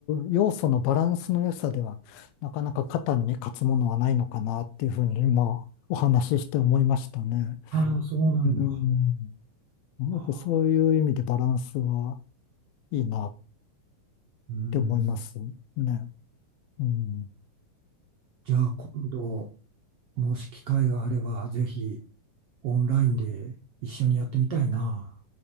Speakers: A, on the left; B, on the right.
A: う要素のバランスの良さでは、なかなか肩に勝つものはないのかなっていうふうに今お話しして思いましたね。
B: ああ、そうなんだ。
A: うん。
B: ああ
A: やっぱそういう意味でバランスはいいなっ
B: うん、
A: て思いますね。うん。
B: じゃあ、今度、もし機会があれば、ぜひオンラインで一緒にやってみたいな。